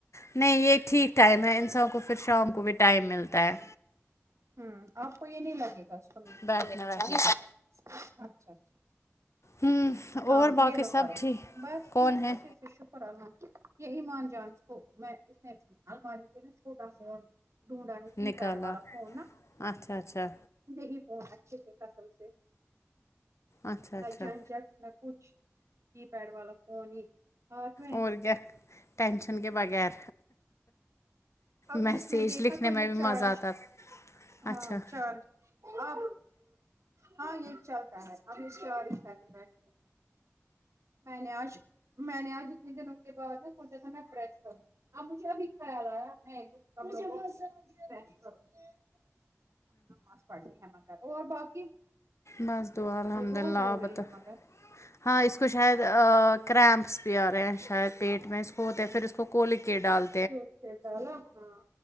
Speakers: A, on the left (about 65°); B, on the right (about 70°).
A: نہیں یہ ٹھیک ٹائم ہے انسان کو پھر شام کو بھی ٹائم ملتا ہے
B: ہ آپ کو یہ نہیں لگے گا اس کو م
A: بیٹھنے بیٹھنے کا۔
B: اچھا اچھا
A: ہوں
B: ہاں
A: اور باقی
B: یہلو
A: سب
B: کرو
A: ٹھیک
B: بس
A: کون
B: ٹھیک
A: ہے
B: اچھا شکر الم یہ ایمان جان کو میں الماری سے نا چھوٹا ہ فون ڈھونڈا ہے کی
A: نکالا
B: پیڈ والا فون نا
A: اچھا اچھا
B: یہی فون اچھے سے قسم سے
A: اچھا اچھا
B: نہ جھنجھک نہ کچھ کی پیڈ والا فون ہی ہاتھ میں
A: اور کیا ٹینشن کے بغیر
B: اب
A: میسیج
B: اس نے دیکھا
A: لکھنے
B: تو
A: میں
B: یہ
A: بھی
B: چارج
A: مزہ آتا تھا
B: ہاں
A: اچھا
B: چار ہاں ہاں یہ چلتا ہے اب <unintelligible> میں نے آج میں نے آج اتنے دنوں کے بعد ہے سوچا تھا میں پریس کروں اب مجھے ابھی خیال آیا <unintelligible> اب نماز پڑھنی ہے مگر اور باقی
A: بس دعا الحمد
B: یہ بہت
A: للہ
B: رو
A: آپ
B: رہی
A: بتاو
B: ہے مگر
A: ہاں اس کو شاید کرمپس بھی آ رہے ہیں شاید پیٹ میں اس کو ہوتے
B: ہاں
A: ہیں پھر اس کو کول کے ڈال
B: <unintelligible> ڈالا ہاں